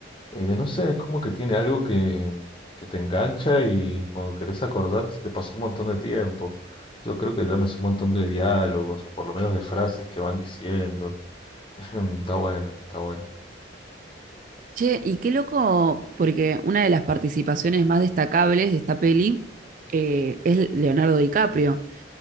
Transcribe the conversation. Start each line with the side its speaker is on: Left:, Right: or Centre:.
Left: eh, no sé, es como que tiene algo que, que te engancha y cuando querés acordar se te pasó un montón de tiempo. Yo creo que ya me sé un montón de diálogos o por lo menos de frases que van diciendo. <laughs> Está buena, está buena.
Right: Che, y qué loco, porque una de las participaciones más destacables de esta peli eh, es Leonardo DiCaprio.